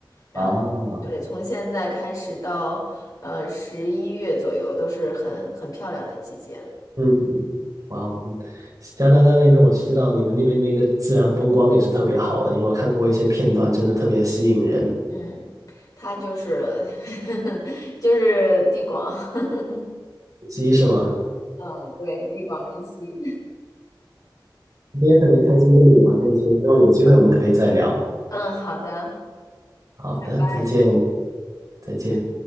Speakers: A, on the left; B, on the right.
A: 然后对，
B: 啊，
A: 从现在开始到呃十一月左右都是很很漂亮的季节，
B: 嗯，哇哦，加拿大那边我知道你们那边那个自然风光也是特别好的，因为我看过一些片段，真的特别吸引人。
A: 嗯，它就是 <laughs> 就是地广，<laughs>
B: 鸡是吗？
A: 嗯，对，地广人稀，
B: 今天特别开心跟你聊这些，之后有机会我们可以再聊。
A: <laughs> 嗯，好的。
B: 好的，
A: 拜。
B: 再见，再见。